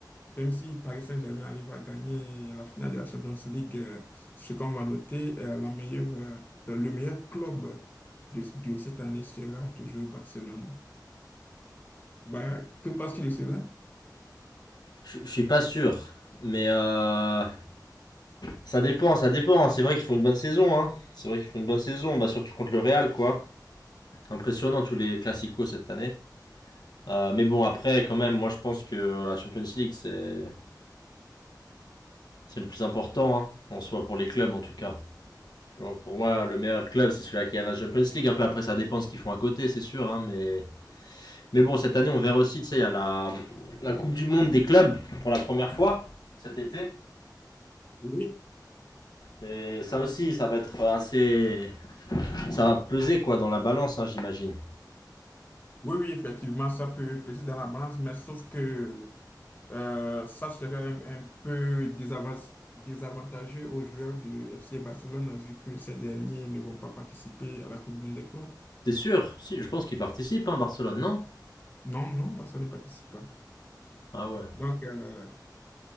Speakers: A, on the left; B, on the left.
A: même si Paris Saint-Germain arrive à gagner la finale de la Champions League, euh, ce qu'on va noter, euh, la meilleure, euh, le meilleur club de, de cette année sera toujours Barcelone. Bah, que penses-tu de cela?
B: Je je suis pas sûr, mais euh, Ça dépend, ça dépend. C'est vrai qu'ils font une bonne saison. Hein. C'est vrai qu'ils font une bonne saison, bah, surtout contre le Real. quoi. Impressionnant tous les classicos cette année. Euh, mais bon, après, quand même, moi je pense que la Champions League, c'est c'est le plus important, hein, en soi, pour les clubs en tout cas. Pour pour moi, le meilleur club, c'est celui qui a la Champions League. Un peu après, ça dépend de ce qu'ils font à côté, c'est sûr. Hein, mais... mais bon, cette année, on verra aussi, tu sais, il y a la... la Coupe du Monde des clubs pour la première fois cet été.
A: Oui.
B: Et ça aussi, ça va être assez... Ça va peser, quoi, dans la balance, hein, j'imagine.
A: Oui, oui, effectivement, ça peut peser dans la balance, mais sauf que euh, ça serait un, un peu désava- désavantageux aux joueurs du FC Barcelone vu que ces derniers ne vont pas participer à la Coupe du Monde des clubs.
B: T'es sûr Si, je pense qu'il participe, hein, Barcelone, non
A: Non, non, Barcelone ne participe pas.
B: Ah ouais.
A: Donc, euh,